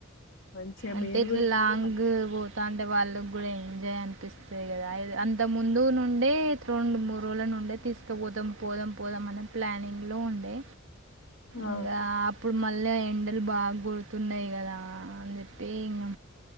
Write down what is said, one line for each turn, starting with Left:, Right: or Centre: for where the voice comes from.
Left: మంచిగా
Right: అంటే
Left: మీరు
Right: ఇట్లా
Left: గూడా ఎళ్తే
Right: లాంగ్
Left: మంచి
Right: పోతా అంటే వాళ్ళకి కూడా ఏంజా య్ అనిపిస్తుంది కదా అంత ముందు నుండే రెండు మూడు రోజుల నుండే తీసుకపోతాం పోదాం పోదామన్న ప్లానింగ్ లో ఉండే
Left: ఆ!
Right: ఇంకా అప్పుడు మళ్ళీ ఎండలు బాగా కోడుతున్నాయి కదా అని చెప్పి ఇంక